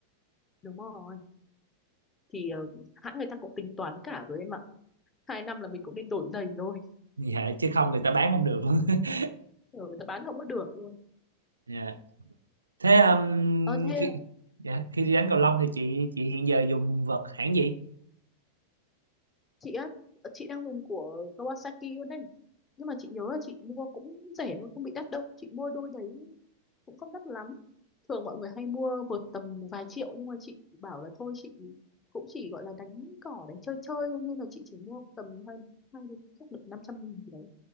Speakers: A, on the left; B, on the right.
A: đúng rồi thì ờ, hãng người ta cũng tính toán cả rồi em ạ hai năm là mình cũng nên đổi giày rồi
B: dạ, chứ không người ta bán không được <laughs>
A: ừ, người ta bán không có được luôn
B: dạ. thế um,
A: ờ thế
B: khi, dạ, khi đi đánh cầu lông thì chị chị hiện giờ dùng vợt hãng gì
A: chị á chị đang dùng của Kawasaki luôn đấy nhưng mà chị nhớ là chị mua cũng rẻ thôi không bị đắt đâu chị mua đôi đấy cũng không đắt lắm thường mọi người hay mua vượt tầm vài triệu nhưng mà chị bảo là thôi chị cũng chỉ gọi là đánh cỏ đánh chơi chơi thôi nên là chị chỉ mua tầm hai hai đến chắc được năm trăm nghìn gì đấy